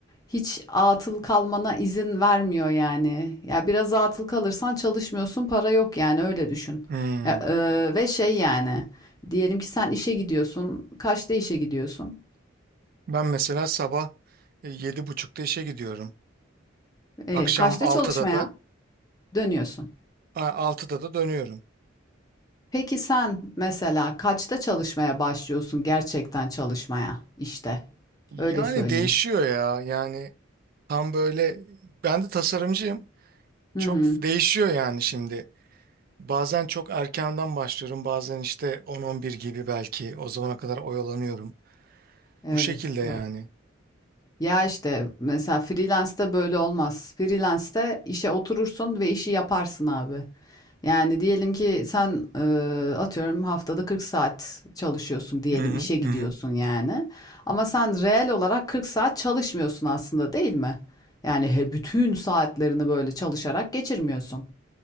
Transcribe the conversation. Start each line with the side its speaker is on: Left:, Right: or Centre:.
Left: Hiç atıl kalmana izin vermiyor yani. Ya biraz atıl kalırsan çalışmıyorsun para yok yani öyle düşün.
Right: Hı.
Left: Ya, e, ve şey yani diyelim ki sen işe gidiyorsun kaçta işe gidiyorsun?
Right: Ben mesela sabah e, yedi buçukta işe gidiyorum.
Left: E,
Right: Akşam
Left: kaçta
Right: altıda
Left: çalışmaya
Right: da
Left: dönüyorsun?
Right: a, 6'da da dönüyorum.
Left: Peki sen mesela kaçta çalışmaya başlıyorsun gerçekten çalışmaya işte?
Right: Yani
Left: Öyle söyleyeyim.
Right: değişiyor ya. Yani tam böyle ben de tasarımcıyım.
Left: Hı
Right: Çok
Left: hı.
Right: değişiyor yani şimdi. Bazen çok erkenden başlıyorum. Bazen işte on on bir gibi belki. O zamana kadar oyalanıyorum.
Left: Evet
Right: Bu şekilde
Left: bak.
Right: yani.
Left: Ya işte mesela freelance'de böyle olmaz. Freelance'de işe oturursun ve işi yaparsın abi. Yani diyelim ki sen e, atıyorum haftada 40 saat çalışıyorsun diyelim
Right: Hı hı
Left: işe gidiyorsun
Right: hı. hı.
Left: yani. Ama sen reel olarak 40 saat çalışmıyorsun aslında değil mi? Yani he, bütün saatlerini böyle çalışarak geçirmiyorsun.